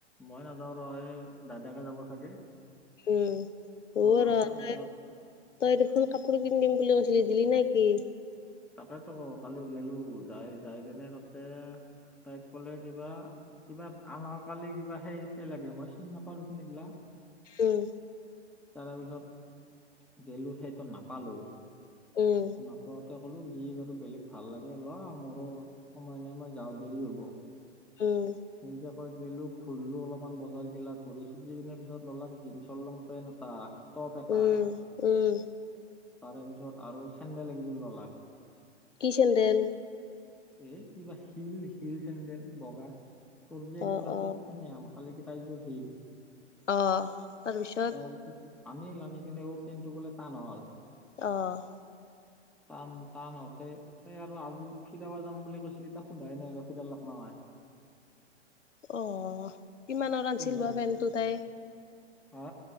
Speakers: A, in the centre; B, on the left.
A: মই নাযাওঁ ৰ'হ, দাদাকে যাব চাগে।
B: উম, হ'ব
A: হ'বা
B: ৰ'হ
A: তাৰপিছত
B: তাই তই দেখোন কাপোৰ কিনি দিম বুলি কৈছিলি, দিলি নে কি?
A: তাকেটো কালি গেলো যাই যাই তেনে তাতে তাইক ক'লে কিবা কিবা আনৰ কালি কিবা সেই সেই লাগে, মই চিন নাপাৰোচোন এগিলা।
B: উম।
A: তাৰেপিছত গেলো সেইটো নাপালো,
B: উম,
A: নাপত তে কলো যি বাৰু বেলেগ ভাল লাগে ল মোৰো সময় নাই, মই যাওঁ দেৰি হ'ব।
B: উম।
A: সেনেকে কৈ গেলো ফুৰলো অলপমান বজাৰগিলাক ঘূৰি চুৰি কেনে পিছত ললাক জীন্ছৰ লংপেণ্ট এটা টপ এটা,
B: উম, উম,
A: তাৰে পিছত আৰু চেণ্ডেল একযোৰ ল'লা।
B: কি চেণ্ডেল?
A: এ কিবা হিল হিল চেণ্ডেল বগা তোৰ যে একযোৰ
B: অ',
A: আছিল।
B: অ',
A: এনে আমাৰ কালি কেইটাইটো শিল,
B: অ', তাৰপিছত
A: তাৰপিছত আনিল আানি কেনেবোৰ পেণ্টো বোলে টান হ'ল।
B: অহ'।
A: টান টানতে সেই আৰু আমি কেতিয়াবা যাম বুলি কৈছিলি তাক সোধাই নাই ৰখি দে অলপ সময়
B: অ' কিমানৰ আনছিল
A: সুধবা
B: বা
A: লাগব
B: পেণ্টো তাইৰ।
A: হা